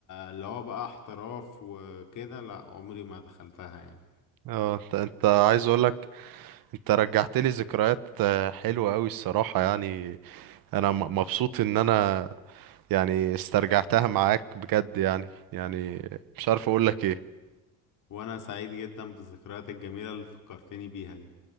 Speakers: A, on the left; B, on the right.
A: اللي هو بقى احتراف وكده لا عمري ما دخلتها يعني
B: اه انت انت عايز اقولك انت رجعت لي ذكريات آه، حلوة قوي الصراحة يعني انا م- مبسوط ان انا يعني استرجعتها معاك بجد يعني يعني مش عارف اقولك ايه
A: وانا سعيد جدا بالذكريات الجميلة اللي فكرتني بيها دي